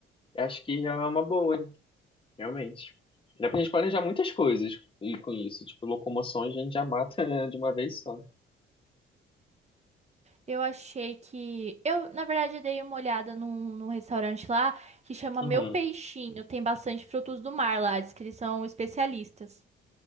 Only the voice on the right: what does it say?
Eu achei que. Eu, na verdade, dei uma olhada num, num restaurante lá que chama
Meu Peixinho. Tem bastante frutos do mar lá, diz que eles são especialistas.